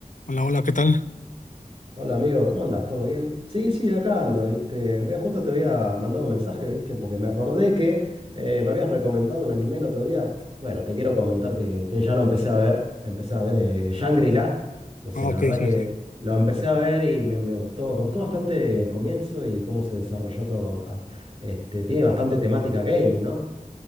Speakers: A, on the left; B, on the right.
A: Hola, hola, ¿qué tal?
B: Hola amigo, ¿cómo andas? ¿Todo bien? Sí, sí, acá ando, ¿viste? Vea, justo te había mandado un mensaje, ¿viste? Porque me acordé que eh, me habías recomendado un anime el otro día. Bueno, te quiero comentar que, que ya lo empecé a ver. Empecé a ver eh, Shangri-La. No sé,
A: Ah,
B: la
A: ok,
B: verdad
A: sí,
B: que
A: sí.
B: lo empecé a ver y me, me gustó. Me gustó bastante el comienzo y cómo se desarrolló todo. Ah, Este, tiene bastante temática gaming, ¿no?